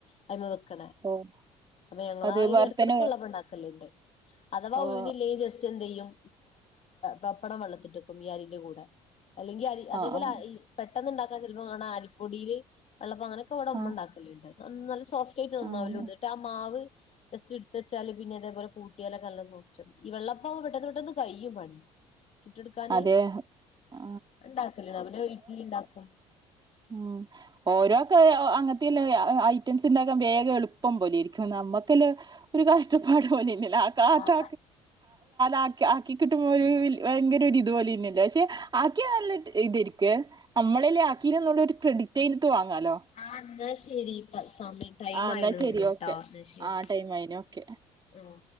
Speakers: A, on the left; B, on the right.
A: അതിന്മേൽ വെക്കണ
B: ഓഹ്
A: അപ്പൊ ഞങ്ങള
B: അത്
A: അതില്
B: വേറെ
A: എടക്കടക്ക്
B: തന്നെ
A: വെള്ളപ്പം ഉണ്ടാക്കലിണ്ട് അഥവാ
B: ഓഹ്
A: ഉഴുന്നില്ലേ ല് എന്തെയും പപ്പടം വെള്ളത്തില് ഇട്ട്വെക്കും ഈ അരീന്റെ കൂടെ അല്ലെങ്ക അതേപോലെ
B: ആഹ് ആഹ്
A: ഈ പെട്ടെന്ന്ണ്ടാക്കാ ചിലപ്പോ കാണ അരിപ്പൊടീല് വെള്ളപ്പം അങ്ങനൊക്കെ അവടെ
B: ആഹ്
A: ഉമ്മ ഇണ്ടാക്കലിണ്ട് നല്ല സോഫ്റ്റായിട്ട് നന്നാവലുണ്ട്
B: ആഹ്
A: ഇന്നട്ട് ആ മാവ് ജസ്റ്റ് ഇടുത്ത് വെച്ചാല് പിന്നെ ഇതേപോലെ കൂട്ടിയാലൊക്കെ നല്ല <unintelligible> ഈ വെള്ളപ്പം പെട്ടെന്ന് പെട്ടന്ന് കയ്യും പണി. ചുട്ടെടുക്കാന്
B: അതെ ആ
A: ഉണ്ടാക്കല് അല്ലേൽ ഇഡ്ഡലി ഇണ്ടാക്കും
B: മ്മ്ഹ്ഹ് ഓരോക്കെ അങ്ങനത്തെല്ല ഐറ്റംസ് ഉണ്ടാക്കാൻ വേഗം എളുപ്പം പോലെഇരിക്കും നമ്മ ക്ക്ല് ഒര് കഷ്ടപ്പാട് പോലെ ഇല്ലേ ആ കാണ്ണ
A: അതാ
B: ആൾക്ക് ആ ആക്കി കിട്ടുമ്പോ ഒര് ഭയങ്കര ഇത്പോലെഇല്ലേ പക്ഷെ ആക്കി നല്ല ഇതേരിക്കും ക്കുവേ നമ്മളല്ലേ ആക്കിനുന്നുള്ള ഒര് ക്രെഡിറ്റ് ഇട്ത്ത് വാങ്ങാലോ
A: ആഹ് ന്നാ ശെരി ഇപ്പ സമയം ടൈം
B: ആ എന്നാ
A: ആയിണുന്ന്
B: ശരി ഓക്കെ
A: ട്ടോ എന്നാ ശരി
B: ആ ടൈം ആയിന് ഓക്കെ
A: ആഹ്